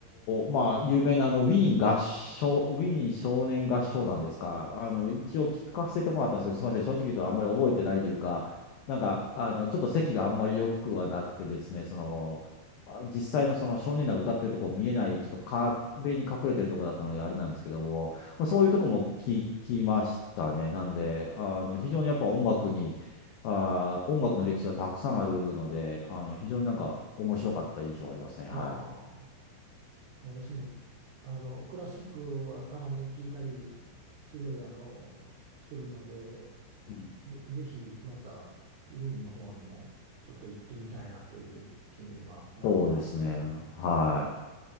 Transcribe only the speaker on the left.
ーまあ、有名なあのウィーン合唱、ウィーン少年合唱団ですか、あの一応聞かせてもらったんですけど、すみません、正直言うとあんまり覚えてないというか、なんかあのちょっと席があんまり良くはなくてですね、そのあ実際のその少年団が歌ってるとこ見えない、ちょっと壁に隠れてるとこだったので、あれなんですけども、まあ、そういうとこも聞きましたね、なんで、あの非常にやっぱ音楽に、あー、音楽の歴史がたくさんあるので、あの非常になんか面白かった印象がありますね。
はい
うん
そうですね。
はい。